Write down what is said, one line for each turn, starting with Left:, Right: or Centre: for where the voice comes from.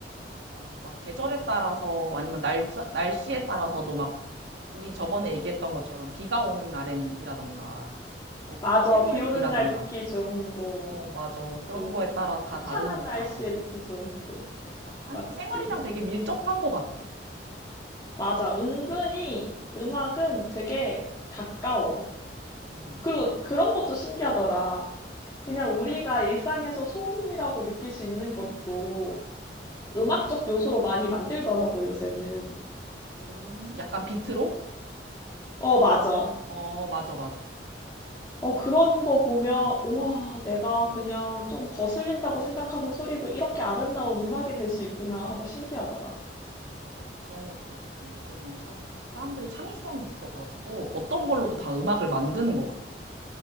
Right: 맞아. 막 계절에 따라서 아니면 날짜, 날씨에 따라서도 막 우리 저번에 얘기했던 것처럼 비가 오는 날엔이라던가 뭐
Left: 맞아,
Right: 캐롤이라던가
Left: 비 오는 날 듣기 좋은 곡,
Right: 어, 맞아. 그런
Left: 뭐,
Right: 거에 따라 다
Left: 화창한
Right: 다르니까.
Left: 날씨에 듣기 좋은 곡,
Right: 그러니까 상-
Left: 맞지?
Right: 생활이랑 되게 밀접한 것 같아.
Left: 맞아, 은근히 음악은
Right: 음,
Left: 되게 가까워.
Right: 음,
Left: 그리고
Right: 맞아, 맞아.
Left: 그런 것도 신기하더라.
Right: 뭐?
Left: 그냥 우리가 일상에서 소음이라고 느낄 수 있는 것도 음악적 요소로 많이 만들더라고, 요새는.
Right: 음, 약간 비트로?
Left: 어, 맞아.
Right: 어, 맞아, 맞아, 맞아.
Left: 어, 그런 거 보면, 우와, 내가 그냥 좀 거슬린다고 생각하는 소리도 이렇게 아름다운 음악이 될 수 있구나 하고 신기하더라.
Right: 맞아. 그런 것도 있지. 요즘은 참 사람들이 창의성이 있어가지고 어떤 걸로도 다 음악을 만드는 것 같아.